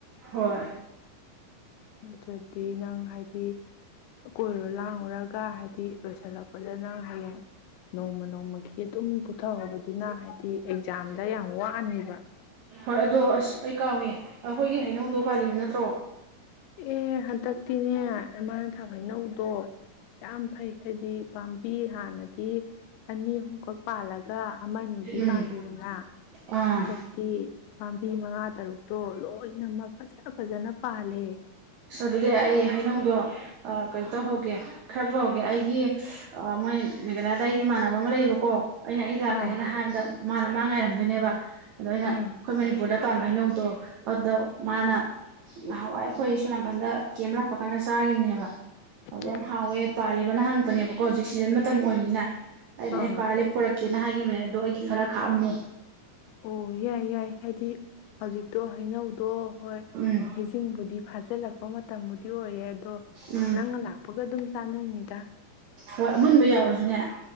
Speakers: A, on the right; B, on the left.
A: ꯍꯣꯏ
B: ꯅꯠꯇ꯭ꯔꯗꯤ ꯅꯪ ꯍꯥꯏꯗꯤ ꯀꯣꯏꯔꯣ ꯂꯥꯡꯉꯨꯔꯒ ꯍꯥꯏꯗꯤ ꯂꯣꯏꯁꯤꯜꯂꯛꯄꯗ ꯅꯪ ꯍꯌꯦꯡ ꯅꯣꯡꯃ ꯅꯣꯡꯃꯒꯤ ꯑꯗꯨꯝ ꯄꯨꯊꯍꯧꯕꯗꯨꯅ ꯍꯥꯏꯕꯗꯤ ꯑꯦꯛꯖꯥꯝꯗ ꯌꯥꯝ ꯋꯥꯅꯤꯕ
A: ꯍꯣꯏ ꯑꯗꯣ ꯑꯁ ꯑꯩ ꯀꯥ ꯑꯣꯏꯌꯦ ꯑꯩꯈꯣꯏꯒꯤ ꯍꯩꯅꯧꯗꯧ ꯄꯥꯜꯂꯤꯕ ꯅꯠꯇ꯭ꯔꯣ
B: ꯑꯦ ꯍꯟꯗꯛꯇꯤꯅꯦ ꯃꯥꯃꯥꯅ ꯊꯥ ꯍꯩꯅꯧꯗꯣ ꯌꯥꯝ ꯐꯩ ꯍꯥꯏꯗꯤ ꯄꯥꯝꯕꯤ ꯍꯥꯟꯅꯗꯤ ꯑꯅꯤ ꯑꯍꯨꯝꯈꯛ ꯄꯥꯜꯂꯒ ꯑꯃꯅꯤꯅꯤꯗꯤ
A: ꯎꯝ
B: ꯄꯥꯟꯗꯦꯗꯅ
A: ꯑꯥ
B: ꯍꯟꯗꯛꯇꯤ ꯄꯥꯝꯕꯤ ꯃꯉꯥ ꯇꯔꯨꯛꯇꯣ ꯂꯣꯏꯅꯃꯛ ꯐꯖ ꯐꯖꯅ ꯄꯥꯜꯂꯦ
A: ꯑꯁꯣ ꯑꯗꯨꯗꯤ ꯑꯩ ꯍꯩꯅꯧꯗꯣ ꯀꯩꯅꯣ ꯇꯧꯍꯧꯒꯦ ꯈꯔ ꯄꯨꯍꯧꯒꯦ ꯑꯩꯒꯤ ꯃꯣꯏ ꯃꯦꯘꯂꯌꯥꯗ ꯑꯩꯒꯤ ꯏꯃꯥꯟꯅꯕ ꯑꯃ ꯂꯩꯌꯦꯕꯀꯣ ꯑꯩꯅ ꯑꯩꯗꯥꯛꯀꯩꯅꯅ
B: ꯑꯥ
A: ꯍꯥꯏꯕꯗ ꯃꯥꯅ ꯃꯥꯡ ꯉꯥꯏꯔꯝꯗꯣꯏꯅꯦꯕ ꯑꯗꯨꯃꯥꯏꯅ
B: ꯑꯥ
A: ꯑꯩꯈꯣꯏ ꯃꯅꯤꯄꯨꯔꯗ ꯃꯄꯥꯟ ꯐꯩꯅꯧꯗꯣ ꯑꯗꯨꯗ ꯃꯥꯅ ꯅꯍꯥꯟꯋꯥꯏ ꯑꯩꯈꯣꯏ ꯀꯣꯅꯥꯀꯥꯟꯗ ꯀꯦꯝ ꯑꯃ ꯂꯥꯛꯄ ꯀꯥꯟꯗ ꯆꯥꯈꯤꯕꯅꯦꯕ ꯍꯧꯗ
B: ꯑꯥ
A: ꯌꯥꯝ ꯍꯥꯎ ꯌꯦ ꯄ ꯅ ꯍꯪꯛꯄꯅꯦꯕꯀꯣ ꯍꯧꯖꯤꯛ ꯁꯤꯖꯟ ꯃꯇꯝ ꯑꯣꯏꯕꯅꯤꯅ ꯑ
B: ꯑꯥ
A: ꯄꯥꯂꯦ ꯄꯨꯔ ꯀꯦꯅ ꯍꯥꯏꯒꯤꯅꯦ ꯑꯗꯣ ꯑꯩꯒꯤ ꯈꯔ ꯈꯥꯛꯑꯝꯃꯣ
B: ꯑꯣ ꯌꯥꯏ ꯌꯥꯏ ꯍꯥꯏꯗꯤ ꯍꯧꯖꯤꯛꯇꯣ ꯍꯩꯅꯧꯗꯣ ꯍꯣꯏ
A: ꯎꯝ
B: ꯍꯩꯁꯤꯡꯕꯨꯗꯤ ꯐꯖꯦ ꯂꯥꯛꯀꯣ ꯃ ꯇꯥꯃꯗꯤ ꯤ ꯑꯣꯏꯔꯦ ꯑꯗꯣ
A: ꯎꯝ
B: ꯅꯪ ꯂꯥꯛꯄꯒ ꯑꯗꯨꯝ ꯆꯥꯟꯅꯅꯤꯗ
A: ꯍꯣꯏ ꯑꯃꯨꯟꯕ ꯌꯥꯎꯔꯁꯨꯅꯦ ꯑꯦ